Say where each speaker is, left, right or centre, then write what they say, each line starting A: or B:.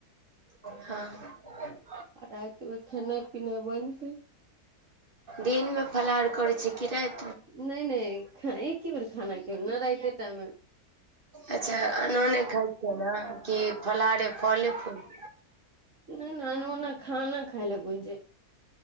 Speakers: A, on the right; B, on the right.
A: हँ
B: आ रातिमे खेनाइ पिनाइ बनतै
A: दिन मे फलहार करै छै कि रात मे
B: नहि नहि एके बेर खाना खेबय ने राइते टामे
A: अच्छा अनूने खाइ छियै ने कि फलहारे फले फूल
B: नहि ने ओना खाना खाय ले कोइ छै